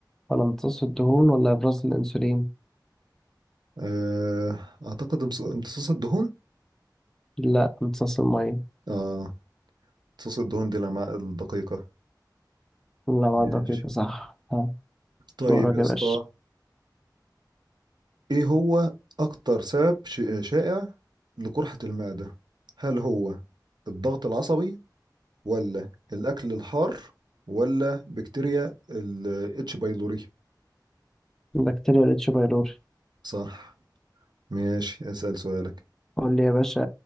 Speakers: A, in the centre; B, on the right.
A: ولا امتصاص الدهون ولا إبراز الأنسولين
B: أه... أعتقد امتص- امتصاص الدهون
A: لا امتصاص المية
B: اه امتصاص الدهون دي الأمعاء الدقيقة
A: الأمعاء
B: ماشي
A: الدقيقة صح ها
B: طيب
A: دورك
B: يا
A: يا
B: اسطى
A: باشا
B: ايه هو أكتر سبب ش... شائع لقرحة المعدة هل هو الضغط العصبي ولا الأكل الحار ولا بكتيريا ال اتش بايلوري
A: بكتيريا الاتش بايلوري
B: صح ماشي اسأل سؤالك
A: قول لي يا باشا